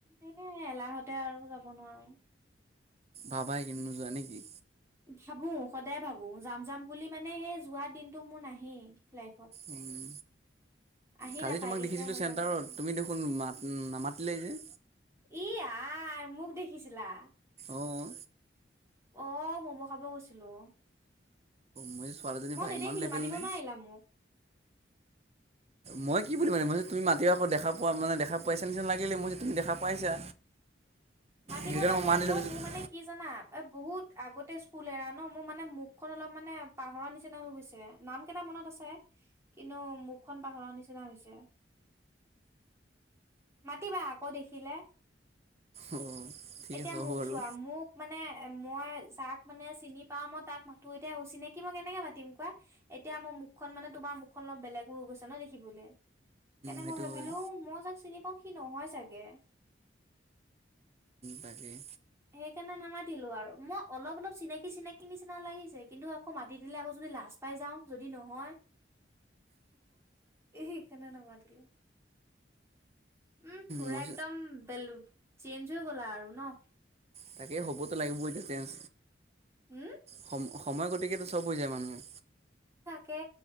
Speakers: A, on the right; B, on the right.
A: এ এলাহতে আৰু যাব নোৱাৰো
B: ভাবাই একিন নোযোৱা নেকি
A: ভাবো সদায় ভাবো যাম যাম বুলি মানে সেই যোৱা দিনতটো মোৰ নাহেই <unintelligible>
B: উম।
A: আহি
B: কালি
A: নাপায়গে
B: তোমাক দেখিছিলোঁ
A: কিয় নাজানো।
B: চেণ্টাৰত তুমি দেখোন মাত নামাতিলেই যে
A: ই আই মোক দেখিছিলা
B: অঁ
A: অ মম' খাব গৈছিলো
B: মই ছোৱালীজনী
A: মই
B: বা
A: নেদেখিলোঁ
B: ইমান লেবেল
A: মাতিব
B: নে
A: নোৱাৰিলা মোক
B: মই কি বুলিম মানে মই তুমি মাতি আকৌ দেখা পোৱা মানে দেখা পাইছা নিচিনা লাগিলে মই যে তুমি দেখা পাইছা
A: মাতিব
B: সেইকাৰণে
A: লাগে
B: মই মাত
A: আকৌ
B: দিলোঁ ভাবিছোঁ
A: মোৰ মানে কি জানা এ বহুত আগতে কুলেৰা ন মোৰ মানে মুখখন অলপ মানে পাহৰ নিচিনা হৈ গৈছে নাম কেইটা মনত আছে কিন্তু মুখখন পাহৰ নিচিনা হৈছে মাতিবা আকৌ দেখিলে
B: অঁ অঁ ঠিক
A: এতিয়া
B: আছে
A: মোক
B: হ'ব বাৰু
A: চোৱা মোক মানে এ মই যাক মানে চিনি পাও মই তাক মাতো এতিয়া অচিনাকি মই কেনেকে মাতিম কোৱা এতিয়া ম মুখখন মানে তোমাৰ মুখখন অলপ বেলেগো হৈ গৈছে ন দেখিবলৈ সেইকাৰণে
B: সেইটো
A: মই ভাবিলো
B: হয়
A: মই যাক চিনি পাও সি নহয় চাগে <unintelligible>
B: তাকেই
A: সেইকাৰণে নামাতিলো আৰু মই অলপ অলপ চিনাকি চিনাকি নিচিনা লাগিছে কিন্তু আকৌ মাতি দিলে আকৌ যদি লাাজ পাই যাওঁ যদি নহয় এ কনে না মাতিলে উম পুৰা
B: মই
A: একদম বেলু চেঞ্জ হৈ গ'লা আৰু ন
B: তাকেই হ'বতো লাগিবই এ যে চেঞ্জ
A: উম
B: সম সময় গতিকেতো সব হৈ যায় মানুহে
A: তাকে